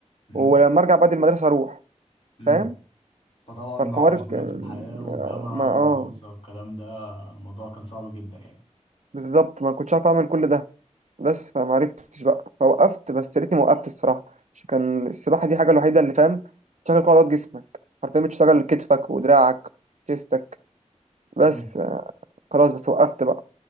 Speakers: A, on the left (about 50°); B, on the right (about 70°).
A: امم
B: ولما ارجع بعد المدرسة اروح
A: امم
B: فاهم
A: فطبعا مع
B: فالحوار
A: مشغولات
B: اه ك-
A: الحياة والجامعة
B: آه، ما اه
A: والمدرسة والكلام ده الموضوع كان صعب جدا يعني
B: بالظبط ما كنتش عارف اعمل كل ده بس فما عرفتش بقى فوقفت بس يا ريتني ما وقفت الصراحة عشان كان السباحة دي حاجة الوحيدة اللي فاهم تشغل كل عضلات جسمك حرفيا بتشتغل كتفك ودراعك جسمك بس
A: مم.
B: آه، خلاص بس وقفت بقى